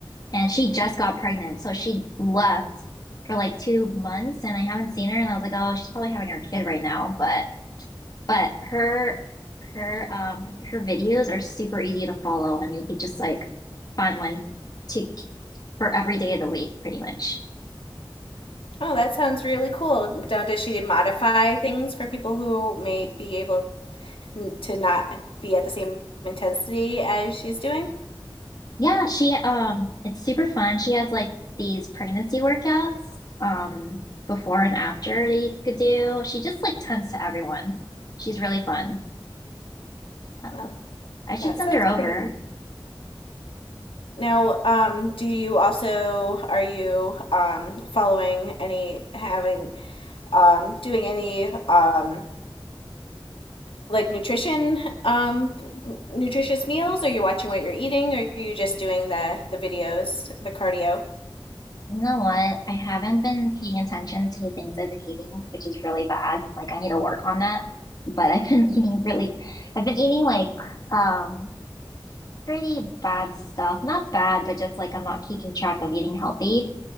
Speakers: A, on the left; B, on the left.
A: and she just got pregnant. So she left for like two months and I haven't seen her. And I was like, oh, she's probably having her kid right now. But, but her, her, um, her videos are super easy to follow and you could just like find one to for every day of the week, pretty much.
B: Oh, that sounds really cool. Does she modify things for people who may be able to not be at the same intensity as she's doing?
A: Yeah. She, um, it's super fun. She has like these pregnancy workouts, um, before and after that you could do. She just like tends to everyone. She's really fun. Um,
B: Well,
A: I should
B: That
A: send
B: sounds
A: her over.
B: pretty good. Now, um, do you also are you um following any having um doing any um like nutrition um nutritious meals? Are you watching what you're eating? Or are you just doing the the videos, the cardio?
A: You know what? I haven't been paying attention to the things I've been eating, which is really bad. Like I need to work on that. But I've been <laughs> eating really, I've been eating like um pretty bad stuff. Not bad, but just like I'm not keeping track of eating healthy.